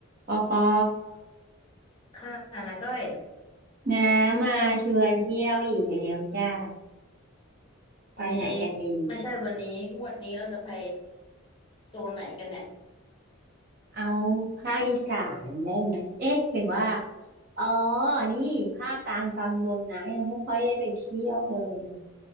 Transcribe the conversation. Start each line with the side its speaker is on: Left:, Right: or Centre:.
Right: ปอปอ
Left: ค่ะนะก้อย
Right: น้ามาชวนเที่ยวอีกแล้วจ้าไปไหนกันดี
Left: วันนี้ไม่ใช่วันนี้งวดนี้เราจะไปโซนไหนกันเนี่ย
Right: เอาภาคอีสานได้ไหม เอ๊ะหรือว่าอ๋อนี่ภาคกลางตอนบนนะยังไม่ค่อยได้ไปเที่ยวเลยอะ